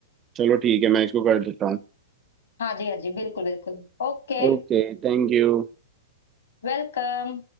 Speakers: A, on the right; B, on the left.
A: चलो ठीक है मैं इसको कर देता हूँ
B: हाँ जी हाँ जी बिल्कुल बिल्कुल ओके
A: Okay thank you
B: वेलकम